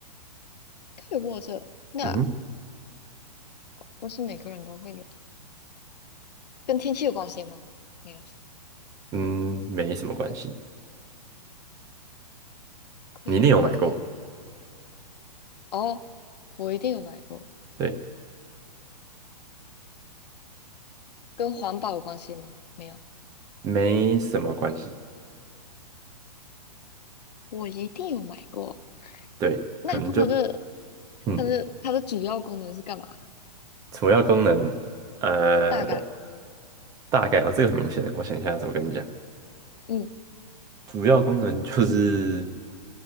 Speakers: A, on the left; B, on the right.
A: 可以握着，那
B: 嗯哼，
A: 不是每个人都会有，跟天气有关系吗？没有，
B: 嗯，没什么关系。
A: 可以握着。
B: 你一定有买过，
A: 哦，我一定有买过，
B: 对，
A: 跟环保有关系吗？没有，
B: 没什么关系，
A: 我一定有买过。
B: 对，
A: 那它的
B: 可能就嗯，
A: 它的它的主要功能是干嘛？
B: 主要功能，呃，
A: 大概，
B: 我大概哦，这个很明显，我想一下怎么跟你讲，
A: 嗯
B: 主要功能就是